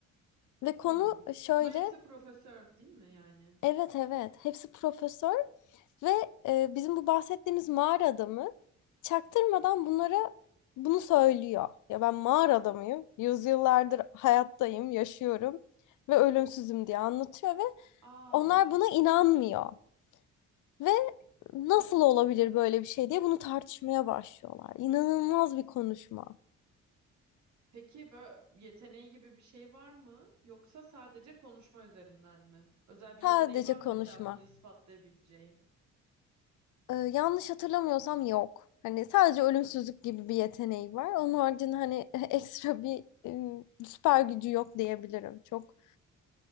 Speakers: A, on the left; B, on the right.
A: Ve konu
B: Hmm.
A: şöyle.
B: Ama hepsi profesör değil mi yani?
A: Evet evet hepsi profesör ve e, bizim bu bahsettiğimiz mağara adamı çaktırmadan bunlara bunu söylüyor. Ya ben mağara adamıyım, yüzyıllardır hayattayım, yaşıyorum ve ölümsüzüm diye anlatıyor ve
B: Aa,
A: onlar buna inanmıyor. Ve nasıl olabilir böyle bir şey diye bunu tartışmaya başlıyorlar. İnanılmaz bir konuşma.
B: peki böyle yeteneği gibi bir şey var mı? Yoksa sadece konuşma üzerinden mi? Özel bir
A: Sadece
B: yeteneği var mı
A: konuşma.
B: mesela bunu ispatlayabileceği?
A: Ee, yanlış hatırlamıyorsam yok. Hani sadece ölümsüzlük
B: Hmm.
A: gibi bir yeteneği var. Onun haricinde hani <laughs> ekstra bir e, süper gücü yok diyebilirim. Çok